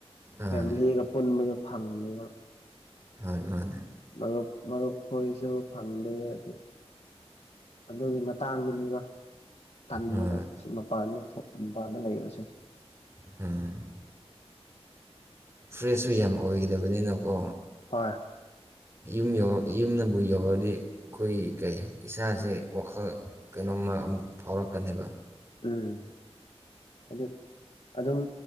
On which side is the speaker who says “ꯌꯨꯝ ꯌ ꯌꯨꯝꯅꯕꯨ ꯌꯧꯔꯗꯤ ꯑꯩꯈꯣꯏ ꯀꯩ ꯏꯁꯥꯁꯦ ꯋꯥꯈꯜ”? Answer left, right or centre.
Right